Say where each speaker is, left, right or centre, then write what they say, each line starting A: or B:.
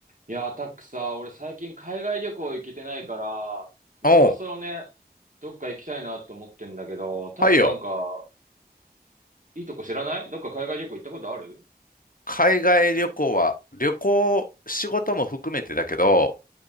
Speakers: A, on the right; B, on the left.
A: いやー、タックさ、俺最近海外旅行行けてないから、もうそろそろね、
B: おう、
A: どっか行きたいなって思ってんだけど、タックなんか、
B: はいよ。
A: いいとこ知らないどっか海外旅行行ったことある
B: 海外旅行は、旅行、仕事も含めてだけど、